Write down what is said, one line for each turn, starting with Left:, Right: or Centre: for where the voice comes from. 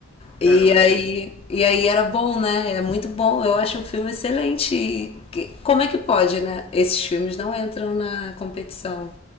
Centre: Cara,
Left: E
Centre: eu gostei.
Left: aí, e aí era bom, né? É muito bom, eu acho o filme excelente. E que- como é que pode, né? Esses filmes não entram na competição,